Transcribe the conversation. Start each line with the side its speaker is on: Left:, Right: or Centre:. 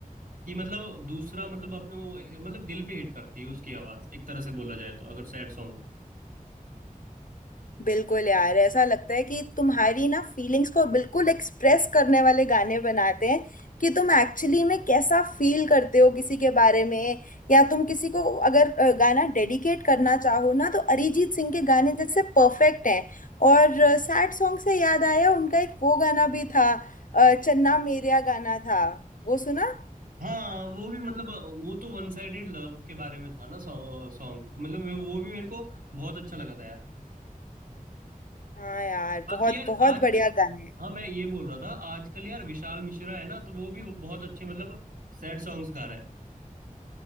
Right: कि मतलब दूसरा मतलब अपने वो मतलब दिल पे हिट करती है उसकी आवाज एक तरह से बोला जाए तो अगर सैड सॉन्ग हो
Left: बिल्कुल यार ऐसा लगता है कि तुम्हारी ना फीलिंग्स को बिल्कुल एक्सप्रेस करने वाले गाने बनाते हैं कि तुम एक्चुअली में कैसा फील करते हो किसी के बारे में या तुम किसी को अगर अ, गाना डेडिकेट करना चाहो ना तो अरिजीत सिंह के गाने जैसे परफेक्ट हैं और सैड सॉन्ग से याद आया उनका एक वो गाना भी था अ, चन्ना मेरेया गाना था वो सुना
Right: हाँ वो भी मतलब वो तो वन साइडेड लव के बारे में था ना सॉन्ग तो मतलब मैं- वो भी मेरे को बहुत अच्छा लगा था यार
Left: हाँ यार
Right: बाकी
Left: बहुत
Right: यार
Left: बहुत
Right: आजकल
Left: बढ़िया गाने हैं
Right: हाँ मैं ये बोल रहा था आजकल यार विशाल मिश्रा है ना तो वो भी बहुत अच्छे मतलब सैड सॉन्ग्स गा रहा है